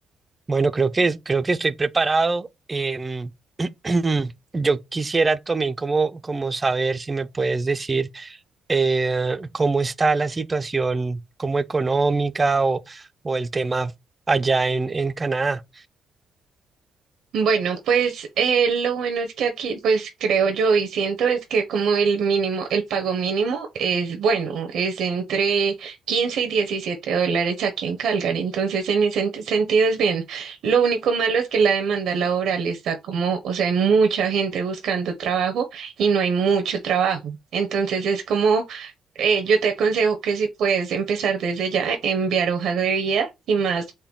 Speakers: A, on the right; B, on the right.
A: Bueno, creo que, creo que estoy preparado. Em, <clears throat> yo quisiera también como, como saber si me puedes decir eh, cómo está la situación como económica o, o el tema allá en, en Canadá.
B: Bueno, pues eh, lo bueno es que aquí, pues creo yo y siento es que como el mínimo, el pago mínimo es bueno, es entre 15 y 17 dólares aquí en Calgary. Entonces, en ese ent- sentido es bien. Lo único malo es que la demanda laboral está como, o sea, hay mucha gente buscando trabajo y no hay mucho trabajo. Entonces, es como eh, yo te aconsejo que si puedes empezar desde ya, enviar hojas de vida y más,